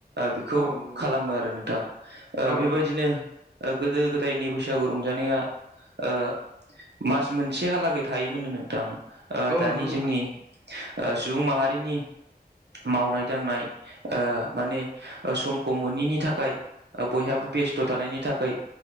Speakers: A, on the right; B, on the right.
A: बेखौ
B: औ नंगौ नोंथां
A: खालामो आरो नोंथां ओ
B: औ
A: बेबायदिनो
B: नंगौ
A: ओ गोदो गोदायनि बैसागु रंजानाया ओ मास मोनसेहालागै थायोमोननो नोंथां ओ
B: औ
A: दानि
B: नंगौ नोंथां
A: जोंनि ओ सुबुं माहारिनि मावनाय दांनाय ओ माने ओ समखौ मोनैनि थाखाय बयहाबो बेस्थ' थानायनि थाखाय